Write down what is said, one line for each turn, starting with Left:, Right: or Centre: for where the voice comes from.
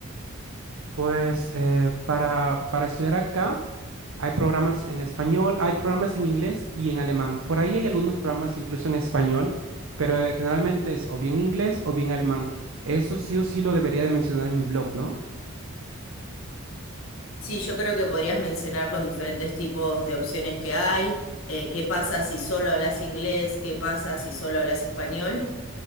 Right: Pues eh, para, para estudiar acá hay programas en español, hay programas en inglés y en alemán. Por ahí hay algunos programas incluso en español, pero eh, generalmente es o bien inglés o bien alemán. Eso sí o sí lo debería de mencionar en mi blog, ¿no?
Left: Sí, yo creo que podrías mencionar los diferentes tipos de opciones que hay, eh, qué pasa si solo hablas inglés, qué pasa si solo hablas español.